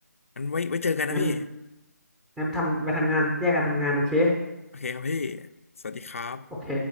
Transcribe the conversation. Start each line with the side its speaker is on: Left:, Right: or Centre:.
Left: งั้นไว้ไว้เจอกันนะพี่
Centre: งั้น งั้นทำไปทำงานแยกกันทำงานโอเค
Left: โอเคครับพี่สวัสดีครับ
Centre: โอเค